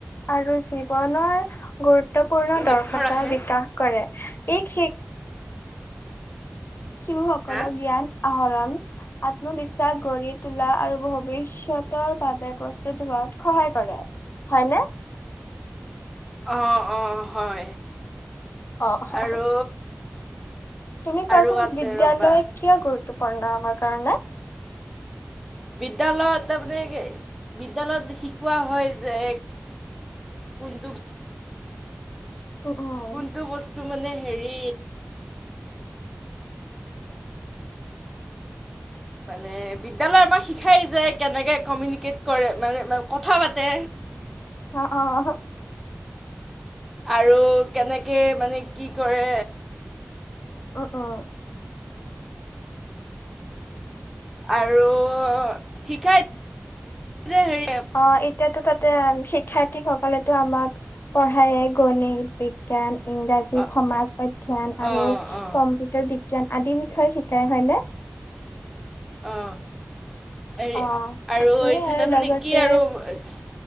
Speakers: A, on the left; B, in the centre.
A: আৰু জীৱনৰ গুৰুত্ব গুৰুত্বপূৰ্ণ
B: লক্ষ্য
A: দৰ্শতা
B: ৰাখে
A: বিকাশ কৰে, ই শ <inaudible> শিশুসকলৰ
B: হা
A: জ্ঞান আহৰণ, আত্মবিশ্বাস গঢ়ি তোলা আৰু ভৱিষ্যতৰ বাবে প্ৰস্তুত হোৱাত সহায় কৰে, হয়নে?
B: অ', অ', হয়।
A: অ
B: আৰু
A: তুমি কোৱাচোন
B: আৰু আছে
A: বিদ্যালয়
B: ৰ'বা
A: কিয় গুৰুত্বপূৰ্ণ আমাৰ কাৰণে?
B: বিদ্যয়ালয়ত তাৰমানে, বিদ্যালয়ত শিকোৱা হয় যে, কোনটো
A: উম উম
B: কোনটো বস্তু মানে হেৰি, মানে বিদ্যালয়ে আমাক শিকাই যে কেনেকে কমিউনিকেট কৰে, মানে কথা পাতে।
A: অ', অ'।
B: আৰু কেনেকে মানে কি কৰে
A: অ, অ'।
B: আৰু শিকাই যে হেৰি
A: অ', এতিয়াতো তাতে শিক্ষাৰ্থীসকলে তটো আমাক পঢ়ায়, গণিত, বিজ্ঞান ইংৰাজী,
B: অ
A: সমাজ অধ্যয়ন আৰু
B: অ অ
A: কম্পিউটাৰ বি বিজ্ঞান আদিৰ বিষয়ে শিকাই, হয়নে?
B: অ হেৰি
A: অঁ,
B: আৰু
A: সেয়াই
B: এইটো তাৰমানে
A: লগতে
B: কি আৰু